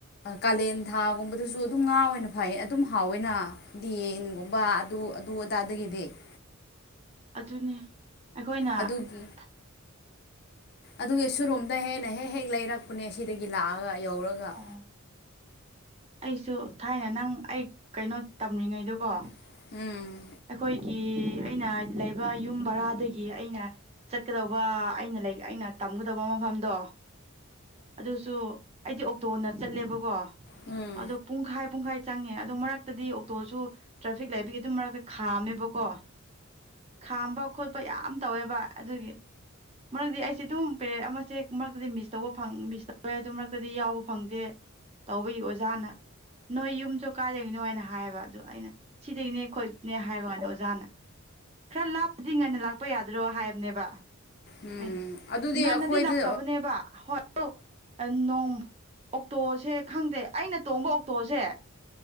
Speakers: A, on the left (about 45°); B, on the right (about 30°).
A: ꯀꯥꯂꯦꯟ ꯊꯥꯒꯨꯝꯕꯗꯁꯨꯀꫭ ꯑꯗꯨꯝ ꯉꯥ ꯑꯣꯏꯅ ꯐꯥꯏ ꯑꯗꯨꯝ ꯍꯥꯎꯋꯦꯅꯥ ꯌꯦꯟꯒꯨꯝꯕ ꯑꯗꯨ ꯑꯗꯨ ꯑꯗꯥꯗꯒꯤꯗꯤ꯫ <inaudible>
B: ꯑꯗꯨꯅꯤ ꯑꯩꯈꯣꯏꯅꯥ
A: ꯑꯗꯨꯒꯤ
B: ꯊ
A: ꯑꯗꯨꯒꯤ ꯁꯨꯔꯣꯝꯗ ꯍꯦꯟꯅ ꯍꯦꯛ ꯍꯦꯛ ꯂꯩꯔꯛꯄꯅꯦ ꯁꯤꯗꯒꯤ ꯂꯥꯛꯑꯒ ꯑꯩꯅ ꯌꯧꯔꯒ
B: ꯑꯣ ꯑꯩꯁꯨ ꯊꯥꯏꯅ ꯅꯪ ꯑꯩ ꯀꯩꯅꯣ ꯇꯝꯔꯤꯉꯩꯗꯨꯀꯣ
A: ꯎꯝ
B: ꯑꯩꯈꯣꯏꯒꯤ ꯑꯩꯅ ꯂꯩꯕ ꯌꯨꯝ ꯕꯔꯥꯗꯒꯤ ꯑꯩꯅ ꯆꯠꯀꯗꯧꯕ ꯑꯩꯅ ꯂꯩ ꯑꯩꯅ ꯇꯝꯒꯗꯕ ꯃꯐꯝꯗꯣ ꯑꯗꯨꯁꯨ ꯑꯩꯗꯤ ꯑꯣꯛꯇꯣꯅ ꯆꯠꯂꯦꯕꯀꯣ
A: ꯎꯝ
B: ꯑꯗꯣ ꯄꯨꯡꯈꯥꯏ ꯄꯨꯡꯈꯥꯏ ꯆꯪꯉꯦ ꯑꯗꯣ ꯃꯔꯛꯇꯗꯤ ꯑꯣꯛꯇꯣꯁꯨ ꯇ꯭ꯔꯥꯐꯤꯛ ꯂꯩꯕꯒꯤ ꯑꯗꯨꯝ ꯃꯔꯛꯇ ꯈꯥꯝꯃꯦꯕꯀꯣ ꯈꯥꯝꯕ ꯈꯣꯠꯄ ꯌꯥꯝ ꯇꯧꯋꯦꯕ ꯑꯗꯨꯒꯤ ꯃꯔꯛꯇꯗꯤ <inaudible> ꯑꯩꯁꯦ ꯑꯗꯨꯝ ꯄꯦꯔꯠ ꯑꯃꯁꯦ ꯃꯔꯛꯇꯗꯤ ꯃꯤꯁ ꯇꯧꯕ ꯃꯤꯁ ꯇꯧ ꯑꯗꯨ ꯃꯔꯛꯇꯗꯤ ꯌꯥꯎꯕ ꯐꯪꯗꯦ ꯇꯧꯕꯒꯤ ꯑꯣꯖꯥꯅ ꯅꯣꯏ ꯌꯨꯝꯁꯨ ꯀꯥꯏꯗꯒꯤꯅꯣ ꯍꯥꯏꯅ ꯍꯥꯏꯕ ꯑꯗꯨ ꯑꯩꯅ ꯁꯤꯗꯒꯤꯅꯦ ꯈꯣꯏꯅꯦ ꯍꯥꯏꯕ ꯀꯥꯟꯗ ꯑꯣꯖꯥꯅ ꯈꯔ ꯂꯥꯞꯄꯗꯤ ꯉꯟꯅ ꯂꯥꯛꯄ ꯌꯥꯗ꯭ꯔꯣ ꯍꯥꯏꯕꯅꯦꯕ
A: ꯎꯝ
B: ꯍꯥꯏꯅ
A: ꯑꯗꯨꯗꯤ
B: ꯉꯟꯅꯗꯤ
A: ꯑꯩꯈꯣꯏꯗ
B: ꯂꯥꯛꯆꯕꯅꯦꯕ ꯍꯣꯏ ꯑꯣꯛꯇꯣꯁꯦ ꯈꯪꯗꯦ ꯑꯩꯅ ꯇꯣꯡꯕ ꯑꯣꯛꯇꯣꯁꯦ